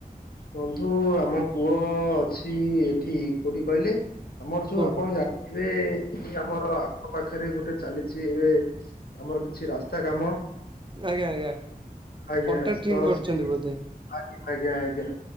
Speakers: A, on the left (about 75°); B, on the right (about 30°).
A: ବନ୍ଧୁ ଆମ ପୁଅ ଅଛି ଏଠି କୋଉଠି କହିଲେ ଆମର ଯୋଉ
B: କୋଉଠି
A: ଆପଣ ଜାଣିଥିବେ ଏଇ ଆମର ଆଖ ପାଖରେ ଗୋଟେ ଚାଲିଛି ଏବେ ଆମର କିଛି ରାସ୍ତା କାମ।
B: ଆଜ୍ଞା ଆଜ୍ଞା
A: ଆଜ୍ଞା
B: କଣ୍ଟ୍ରାକ୍ଟିଂ
A: ତ।
B: କରୁଛନ୍ତି
A: <unintelligible>
B: ବୋଧେ
A: ଆଜ୍ଞା ଆଜ୍ଞା।